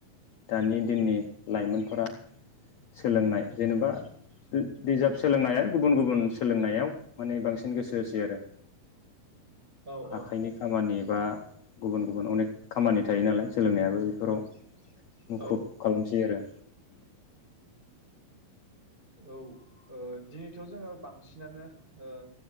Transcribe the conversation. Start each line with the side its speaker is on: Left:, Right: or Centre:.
Left: दानि दिननि लाइमोनफोरा सोलोंनाय जेनेबा बिजाब सोलोंनाय आरो गुबुन गुबुन सोलोंनायाव माने बांसिन गोसो होसै आरो
Right: औ
Left: आखाइनि खामानि बा गुबुन गुबुन अनेक खामानि थायो नालाय सोलोंनायाबो बेफोराव मुखुब
Right: औ
Left: खालामसै आरो
Right: औ ओ दिनैथ' जोङो बांसिनानो ओ